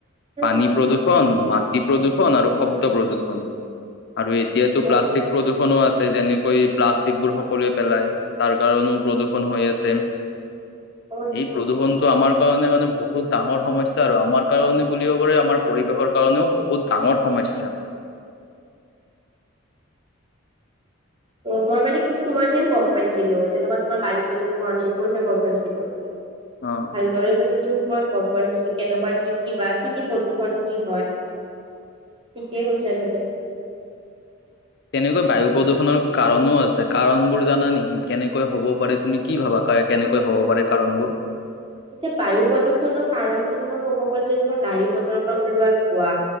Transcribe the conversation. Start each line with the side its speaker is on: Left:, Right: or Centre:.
Right: উম
Left: পানী প্ৰদূৰষণ, মাটি প্ৰদূষণ আৰু শব্দ প্ৰদূষণ। আৰু এতিয়াাতো
Right: অ
Left: প্লাষ্টিক প্ৰদূষণো আছে। আছে যেনেকৈ প্লাষ্টিক বোৰ সকলোৱে পেলায় তাৰ কাৰণও প্ৰদূষন হৈ আছে।
Right: অ আচ্ছা
Left: এই প্ৰদূষণটো
Right: আচ্ছা
Left: আমাৰ কাৰণে মানে বহুত ডাঙৰ সমস্যা আৰু আমাৰ কাৰণে বুলিব পাৰে আমাৰ পৰিৱেশৰ কাৰণেও বহুত ডাঙৰ সমস্যা।
Right: অ, মই মানে কিছুমানহে গম পাইছিলো যেনেকুৱা তোমাৰ বায়ু প্ৰদূৰণ এইবোৰহে গম পাইছিলো।
Left: অ',
Right: ভালদৰে মানে সিটোৰ ওপৰত গম পোৱা নাছিলো, কেনেকুৱা কি- কি বা কি- কি প্ৰদূষণ কি হয়। ঠিকে কৈছা তুমি।
Left: কেনেকৈ বায়ু প্ৰদূষণৰ কাৰণো আছে কাৰণ বোৰ জানা নেকি কেনেকৈ হ'ব পাৰে তুমি। কি ভাবা কাৰ কেনেকৈ হব পাৰে কাৰণবোৰ।
Right: এতিয়া বায়ু প্ৰদূষণৰ কাৰণটো তোমাৰ ক'ব গ'ল যেনেকুৱা গাড়ী মটৰৰ পৰা ওলোৱা ধোৱা